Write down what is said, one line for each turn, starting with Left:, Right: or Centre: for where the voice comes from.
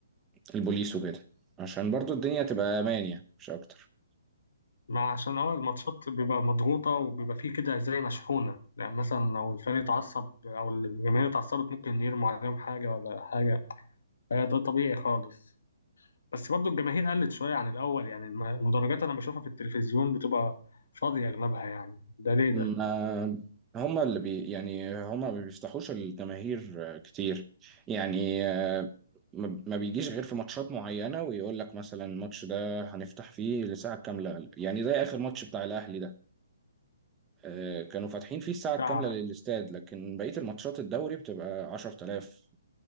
Right: البوليس وكده عشان برضو الدنيا تبقى امان يعني مش اكتر
Left: ما عشان اه الماتشات بيبقى مضغوطة وبيبقى فيه كده زي مشحونة يعني مثلا لو الفريق اتعصب أو الجماهير اتعصبت ممكن يرموا عليهم حاجة ولا حاجة آه، ده طبيعي خالص بس برضو الجماهير قلت شوية عن الأول يعني الم- المدرجات أنا بشوفها في التلفزيون بتبقى فاضية أغلبها يعني ده ليه
Right: ما
Left: ده؟
Right: هما اللي بي يعني هما ما بيفتحوش الجماهير آه، كتير يعني آه، ما ما بيجيش غير في ماتشات معينة ويقول لك مثلا الماتش ده هنفتح فيه لساعة كاملة يعني زي آخر ماتش بتاع الأهلي ده آه، كانوا فاتحين فيه الساعة الكاملة
Left: بتاع
Right: للاستاد لكن بقية الماتشات الدوري بتبقى 10000